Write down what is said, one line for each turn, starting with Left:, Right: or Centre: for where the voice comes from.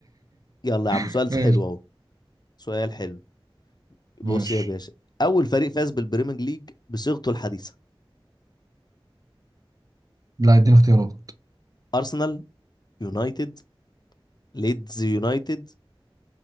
Left: يلا يا عم
Right: <laughs>
Left: سؤال
Right: ماشي
Left: حلو اهو سؤال حلو بص
Right: ماشي
Left: يا باشا اول فريق فاز بالبريمير ليج بصيغته الحديثه
Right: لا اديني اختيارات
Left: ارسنال يونايتد ليدز يونايتد